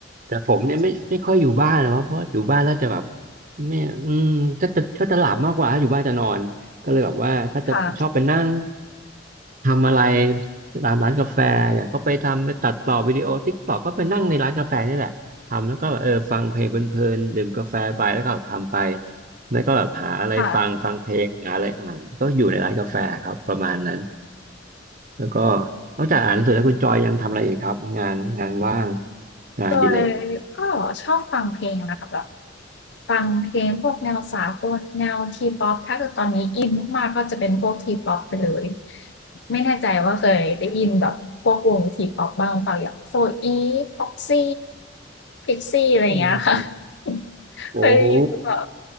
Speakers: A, on the right (about 45°); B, on the left (about 65°).
A: แต่ผมเนี่ยไม่ไม่ค่อยอยู่บ้านเนาะเพราะอยู่บ้านแล้วจะแบบไม่อืมก็จะก็จะหลับมากกว่าอยู่บ้านจะนอนก็เลยแบบว่าถ้าจะชอบไปนั่ง
B: ค่ะ
A: ทำอะไรตามร้านกาแฟอย่างก็ไปทำไปตัดต่อวิดีโอติ๊กต็อกก็ไปนั่งในร้านกาแฟนี่แหละทำแล้วก็แบบเออฟังเพลงเพลินๆดื่มกาแฟไปแล้วก็ทำไปแล้วก็แบบหาอะไรฟังฟังเพลงหาอะไรอ่านก็อยู่ในร้านกาแฟครับประมาณนั้น
B: ค่ะ
A: แล้วก็นอกจากอ่านหนังสือแล้วคุณจอยยังทำอะไรอีกครับงานงานว่างงานอดิเลก
B: โดยก็ชอบฟังเพลงนะคะแบบฟังเพลงพวกแนวสากลแนว T-pop ถ้าเกิดตอนนี้อินมากๆก็จะเป็นพวก T-pop ไปเลยไม่แน่ใจว่าเคยได้ยินแบบพวกวง T-pop บ้างหรือเปล่าอย่าง 4EVE PROXY PIXXiE อะไรอย่างเงี้ยค่ะ
A: โ
B: <laughs>
A: อ้โห
B: เคยได้ยินหรือเปล่า